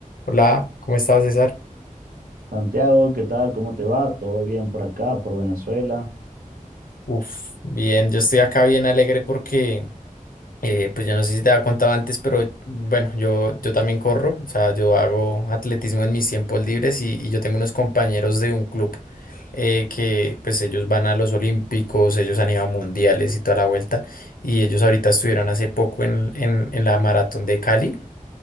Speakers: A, on the left; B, on the right.
A: Hola, ¿cómo estás, César?
B: Santiago, ¿qué tal? ¿Cómo te va? ¿Todo bien por acá, por Venezuela?
A: Uf, bien, yo estoy acá bien alegre porque, eh, pues yo no sé si te había contado antes, pero bueno, yo, yo también corro, o sea, yo hago atletismo en mis tiempos libres y, y yo tengo unos compañeros de un club eh, que pues ellos van a los Olímpicos, ellos han ido a mundiales y toda la vuelta y ellos ahorita estuvieron hace poco en, en, en la maratón de Cali